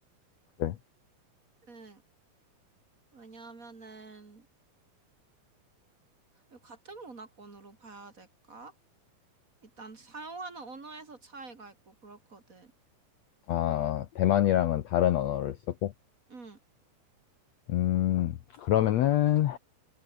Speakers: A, on the left; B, on the right.
A: 그래.
B: 응, 왜냐하면은, 이거 같은 문화권으로 봐야 될까? 일단 사용하는 언어에서 차이가 있고 그렇거든.
A: 아, 대만이랑은 다른 언어를 쓰고
B: 응.
A: 음, 그러면은,